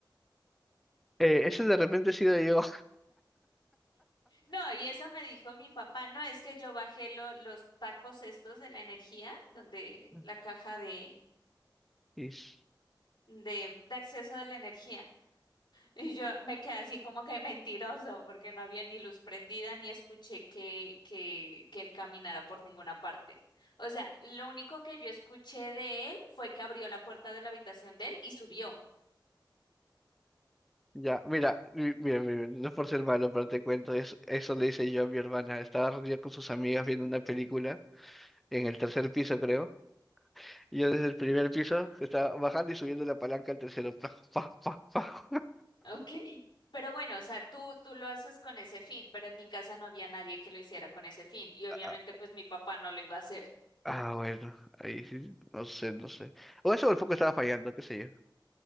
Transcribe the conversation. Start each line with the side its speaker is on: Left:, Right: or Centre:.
Centre: Eh, ese de repente he sido yo.
Left: No, y eso me dijo mi papá, no, es que yo bajé lo- los tacos estos de la energía, donde
Centre: <laughs>
Left: la caja de,
Centre: Y s-
Left: de, de acceso de la energía. Y yo me quedé así como que mentiroso, porque no había ni luz prendida, ni escuché que, que, que él caminara por ninguna parte. O sea, lo único que yo escuché de él fue que abrió la puerta de la habitación de él y subió.
Centre: ya, mira, mi- mira, mira, no es por ser malo, pero te cuento, es- eso le hice yo a mi hermana. Estaba reunida con sus amigas viendo una película en el tercer piso, creo. Y yo desde el primer piso estaba bajando y subiendo la palanca al tercero. <laughs> Pa, pa, pa, pa.
Left: Ok. Pero bueno, o sea, tú, tú lo haces con ese fin, pero en mi casa no había nadie que lo hiciera con ese fin y obviamente
Centre: Ah,
Left: pues mi papá no lo iba a hacer.
Centre: ah, bueno, ahí sí, no sé, no sé. O eso o el foco estaba fallando, qué sé yo.